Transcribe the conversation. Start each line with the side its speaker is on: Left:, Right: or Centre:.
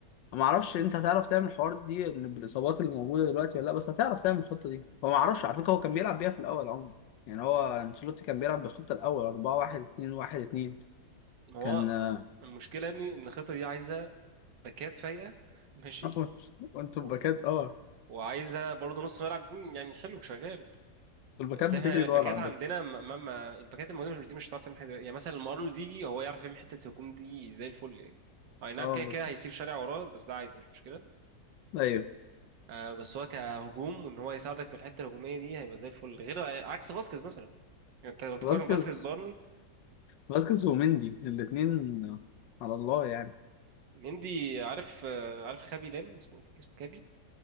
Left: ما اعرفش انت هتعرف تعمل الحوار دي إن بالاصابات اللي موجوده دلوقتي ولا لا بس هتعرف تعمل الخطه دي هو ما اعرفش على فكره هو كان بيلعب بيها في الاول عموما يعني هو انشيلوتي كان بيلعب بالخطه الاول 4 1 2 1 2
Right: ما هو
Left: كان آه،
Right: المشكله يا ابني ان الخطه دي عايزه باكات فايقه ماشي
Left: <laughs> آه، وانتوا
Right: و...
Left: الباكات اه
Right: وعايزه برضو نص ملعب يكون يعني حلو شغال
Left: الباكات
Right: بس
Left: بتجري
Right: احنا الباكات
Left: دول عندك
Right: عندنا ما ما ما- الباكات الموجوده مش دي مش هتعرف تعمل حاجه يعني مثلا لما ارنولد يجي هو يعرف يعمل حته الهجوم دي زي الفل يعني اي نعم
Left: اه
Right: كده
Left: بس
Right: كده هيسيب شارع وراه بس ده عادي مش مشكله
Left: ايوه
Right: آه بس هو كهجوم وان هو يساعدك في الحته الهجوميه دي هيبقى زي الفل غير عكس فاسكيز مثلا يعني انت لو تقارن
Left: فاسكيز
Right: فاسكيز بارنولد
Left: فاسكيز ومندي الاثنين على الله يعني
Right: مندي عارف آه عارف خابي لام اسمه إيه؟ اسمه كابي